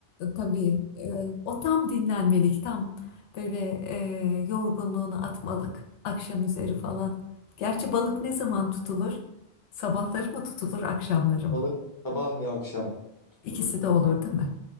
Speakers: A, on the left; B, on the left.
A: Tabii e, o tam dinlenmelik tam böyle e, yorgunluğunu atmalık akşam üzeri falan. Gerçi balık ne zaman tutulur? Sabahları mı tutulur akşamları mı?
B: Balık sabah ve akşam tutulur.
A: İkisi de olur değil mi?